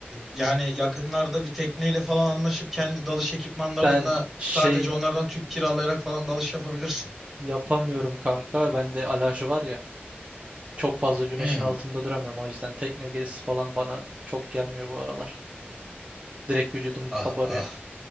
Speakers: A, in the centre; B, on the right.
A: yani yakınlarda bir tekneyle falan anlaşıp kendi dalış ekipmanlarınla
B: <laughs> Ben şey
A: sadece onlardan tüp kiralayarak falan dalış yapabilirsin.
B: yapamıyorum kanka. Bende alerji var ya. Çok fazla güneşin
A: Hmm.
B: altında duramıyorum. O yüzden tekne gezisi falan bana çok gelmiyor bu aralar. Direkt vücudum kabarıyor.
A: Ah ah.